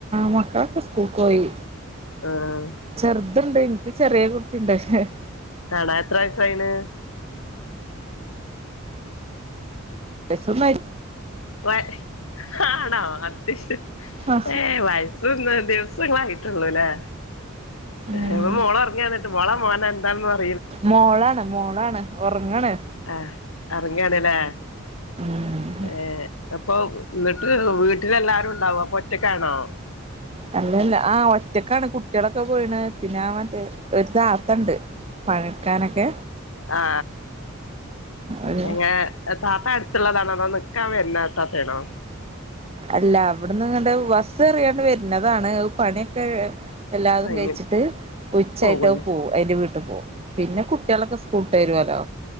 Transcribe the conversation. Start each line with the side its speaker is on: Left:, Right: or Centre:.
Right: മക്കളൊക്കെ സ്കൂൾക്ക് പോയി
Left: ആഹ്
Right: ചെറുതുണ്ട് എനിക്ക് ചെറിയ ചെറിയ കുട്ടിയുണ്ട് പക്ഷേ
Left: കാണാ എത്രാവയസായിന്
Right: വയസ്സു ഒന്നായി
Left: വ ആണോ അത് ശരി
Right: ആഹ്
Left: ഏ വയസുന്ന് ദിവസളായി ട്ടുള്ളൂല്ലേ
Right: ഉം
Left: ഏ മോള് ഓർക്ക ഓറക്കിയോ ഇങ്ങട്ട് മോളോ മോനോ എന്താന്ന് പറ
Right: മോളാണ് മോളാണ് ഒറങ്ങണ്
Left: ആ ഒറങ്ങാണല്ലേ
Right: ഉം
Left: ഏ അപ്പൊ എന്നിട്ട് വീട്ടിലെല്ലാരും ഉണ്ടാവ അപ്പൊ ഒറ്റക്കാണോ
Right: അല്ലല്ല ആ ഒറ്റക്കാണ് കുട്ടികളൊക്കെ പോയിണ് പിന്നെ മറ്റേ ഒരു താത്തണ്ട് പണിയെടുക്കാനൊക്കെ
Left: ആ
Right: ഒരു
Left: എങ്ങനെ താത്ത അടുത്തുള്ളതാണ അതോ നിക്കാൻ വരുന്നത്താത്തേണോ
Right: അല്ല അവിടന്ന് ഇങ്ങ ബസ് എറിയാണ്ട് വരുന്നതാണ് പണിയൊക്കെ എല്ലാതും
Left: കഴിഞ്ഞ്
Right: കഴിച്ചിട്ട് ഉച്ചായിട്ട്
Left: പോകൂലേ
Right: പോകും അതിന്റെ വീട്ട പോ പിന്നെ കുട്ടികളൊക്കെ സ്കൂളട്ട് വരുവല്ലോ